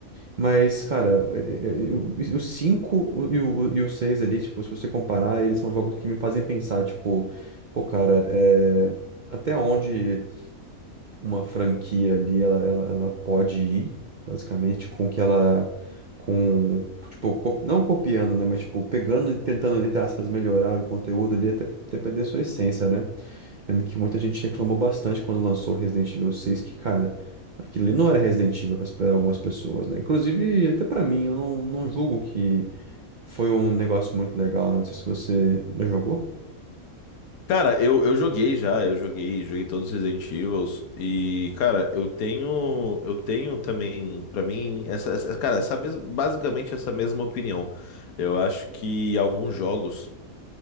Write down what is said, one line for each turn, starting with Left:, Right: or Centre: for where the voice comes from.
Right: Mas, cara, é- é- é- o 5 e o, e o 6 ali, tipo, se você comparar, eles são jogos que me fazem pensar, tipo, pô, cara, é, até onde uma franquia ali, ela, ela, ela pode ir, basicamente, com que ela. Com, tipo, co- não copiando, né? Mas, tipo, pegando e tentando, entre aspas, melhorar o conteúdo ali até, até perder sua essência, né? Lembro que muita gente reclamou bastante quando lançou Resident Evil 6, que, cara, aquilo ali não era Resident Evil para algumas pessoas, né? Inclusive, até pra mim, eu não, não julgo que foi um negócio muito legal, né? Não sei se você já jogou.
Left: Cara, eu, eu joguei já, eu joguei, joguei todos os Resident Evils e, cara, eu tenho, eu tenho também, pra mim, essa, essa- cara, essa mes- basicamente essa mesma opinião. Eu acho que alguns jogos,